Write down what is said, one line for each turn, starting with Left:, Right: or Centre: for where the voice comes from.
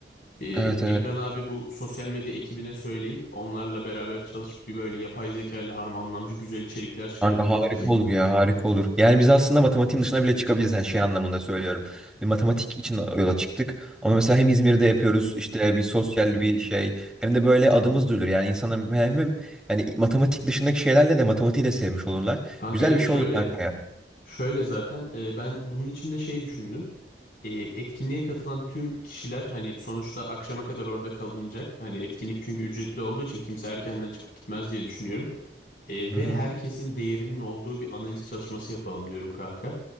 Left: Ee,
Centre: Evet evet.
Left: Emirhan abi bu sosyal medya ekibine söyleyip onlarla beraber çalışıp bir böyle yapay zeka ile harmanlanmış güzel içerikler çıkartabilir
Centre: Kanka harika
Left: bizim.
Centre: olur ya harika olur. Yani biz aslında matematiğin dışına bile çıkabiliriz yani şey anlamında söylüyorum. Bir matematik için yola çıktık. Ama mesela hem İzmir'de yapıyoruz işte bir sosyal bir şey hem de böyle adımız duyulur. Yani insana hem, hem yani matematik dışındaki şeylerle de matematiği de sevmiş olurlar.
Left: Kanka
Centre: Güzel
Left: evet
Centre: bir şey
Left: şöyle
Centre: olur kanka ya.
Left: şöyle zaten e, ben bunun için de şey düşündüm. E, etkinliğe katılan tüm kişiler hani sonuçta akşama kadar orada kalınacak. Hani etkinlik çünkü ücretli olduğu için kimse erkenden çıkıp gitmez diye düşünüyorum. E,
Centre: Hı
Left: ve
Centre: hı.
Left: herkesin değerinin olduğu bir analiz çalışması yapalım diyorum kanka.